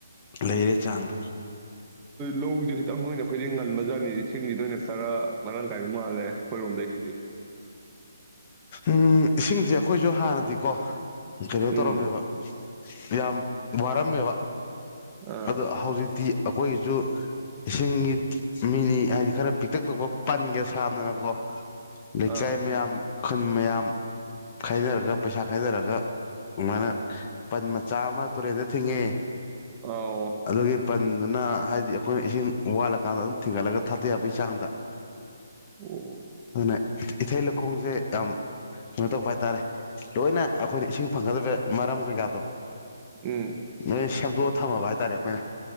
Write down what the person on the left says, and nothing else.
ꯂꯩꯔꯦ ꯆꯥꯡꯗꯣ
ꯎꯝ ꯏꯁꯤꯡꯁꯦ ꯑꯩꯈꯣꯏꯁꯨ ꯍꯥꯟꯅꯗꯤꯀꯣ ꯀꯒ
ꯇꯧꯔꯝꯃꯦꯕ ꯌꯥꯝꯌꯥꯝ ꯔꯃꯕ
ꯑꯗꯣ ꯍꯧꯖꯤꯗꯤ ꯑꯩꯈꯣꯏꯒꯤꯁꯨ ꯁꯉꯤꯠ ꯃꯤꯅꯤ ꯍꯥꯏꯗꯤ ꯈꯔ ꯄꯤꯛꯇꯛ ꯇꯧꯕ ꯄꯟꯒꯦ ꯁꯥꯅꯅꯕ ꯋꯥꯍ
ꯆꯥꯏ ꯃꯤꯌꯥꯝ ꯈꯨꯟ ꯃꯌꯥꯝ ꯈꯥꯏꯊꯔꯒ ꯄꯩꯁꯥ ꯈꯥꯏꯊꯔꯒ ꯑꯗꯨꯃꯥꯏꯅ ꯄꯟ ꯃꯆꯥ ꯑꯃ ꯇꯨꯔꯦꯟꯗ ꯊꯤꯡꯉꯦ
ꯑꯗꯨꯒꯤ ꯄꯟꯗꯨꯅ ꯍꯥꯏꯗꯤ ꯑꯩꯈꯣꯏꯅ ꯏꯁꯤꯡ ꯋꯥꯠꯂꯀꯥꯟꯗ ꯑꯗꯨꯝ ꯊꯤꯡꯒꯠꯂꯒ ꯊꯥꯗ ꯌꯥꯕꯩ ꯆꯥꯡꯗ
ꯑꯗꯨꯅ ꯏꯊꯩ ꯂꯧꯈꯣꯡꯁꯦ ꯌꯥꯝ ꯀꯩꯅꯣ ꯇꯧꯕ ꯍꯥꯏꯇꯥꯔꯦ ꯂꯣꯏꯅ ꯑꯩꯈꯣꯏꯅ ꯏꯁꯤꯡ ꯐꯪꯒꯗꯕ ꯃꯔꯝ ꯀꯩꯀꯥꯗꯣ
ꯅꯣꯏ ꯑꯗꯨꯗꯣ ꯊꯝꯃ ꯍꯥꯏꯇꯥꯔꯦ ꯑꯩꯈꯣꯏꯅ